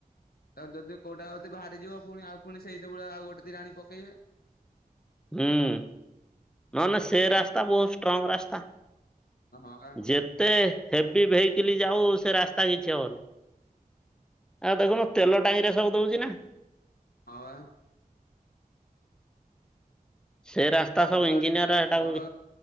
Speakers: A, on the left; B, in the centre.
A: ଆଉ ଯଦି କୋଉଟା ଯଦି ବାହାରିଯିବ ପୁଣି ଆଉ ପୁଣି ସେଇଟା ଭଳିଆ ଆଉ ଗୋଟେ ଦିଟା ଆଣି ପକେଇବେ।
B: ହୁଁ ନହେଲେ ସେ ରାସ୍ତା ବହୁତ ଷ୍ଟ୍ରଙ୍ଗ ରାସ୍ତା।
A: ହଁ ହା।
B: ଯେତେ ହେଭି ଭେଇକିଲି ଯାଉ ସେ ରାସ୍ତା କିଛି ହବନି। ଆଉ ଦେଖୁନୁ ତେଲ ଟାଙ୍କିରେ ସବୁ ଦଉଛି ନା
A: ହଁ ବା।
B: ସେ ରାସ୍ତା
A: ବଡ
B: ସବୁ
A: ଗାଡି
B: ଇଞ୍ଜିନିୟର
A: ଯିବା
B: ସେଟାକୁ
A: ବଡ